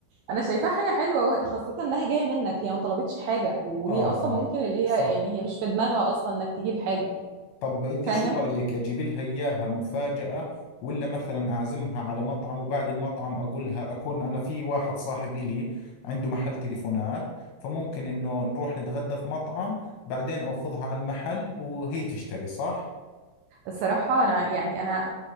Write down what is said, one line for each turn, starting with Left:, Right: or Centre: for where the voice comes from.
Right: انا شايفاها حاجه حلوه وه- خاصه انها جايه منك هي ما طلبتش حاجه وهي
Left: آه آه
Right: اصلا ممكن اللي هي
Left: صح
Right: يعني هي مش في دماغها اصلا انك تجيب حاجه
Left: طب انت
Right: فاهم
Left: شو رأيك اجيب لها اياها مفاجأة ولا مثلا اعزمها على مطعم وبعد المطعم اقول لها اكون انا في واحد صاحب الي عنده محل تليفونات فممكن انه نروح نتغدى في مطعم بعدين اخذها على المحل وهي تشتري صح؟
Right: الصراحة أنا يعني أنا